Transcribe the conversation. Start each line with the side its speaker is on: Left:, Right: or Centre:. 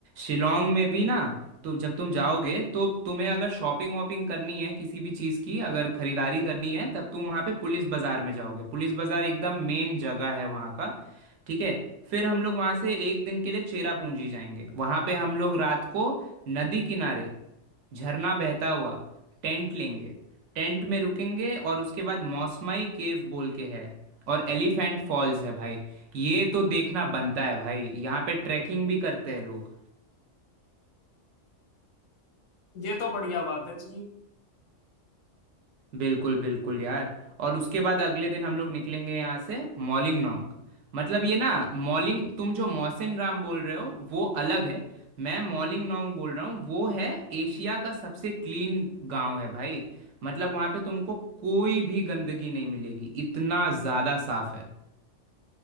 Right: शिलोंग में भी ना तो जब तुम जाओगे तो तुम्हें अगर शॉपिंग वॉपिंग करनी है किसी भी चीज़ की अगर खरीदारी करनी है तब तुम वहाँ पे पुलिस बाज़ार में जाओगे पुलिस बाज़ार एकदम मेन जगह है वहाँ का ठीक है फिर हम लोग वहाँ से एक दिन के लिए चेरापूंजी जाएंगे वहाँ पे हम लोग रात को नदी किनारे झरना बहता हुआ टेंट लेंगे टेंट में रुकेंगे और उसके बाद मौसमाई केव बोल के है और एलिफेंट फॉल्स है भाई ये तो देखना बनता है भाई यहाँ पे ट्रैकिंग भी करते हैं लोग
Left: ये तो बढ़िया बात है जी
Right: बिल्कुल बिल्कुल यार और उसके बाद अगले दिन हम लोग निकलेंगे यहाँ से मॉलिंगनोंग मतलब ये ना मॉलिंग तुम जो मौसिन राम बोल रहे हो वो अलग है मैं मॉलिंगनोंग बोल रहा हूँ वो है एशिया का सबसे क्लीन गांव है भाई मतलब वहाँ पे तुमको कोई भी गंदगी नहीं मिलेगी इतना ज़्यादा साफ है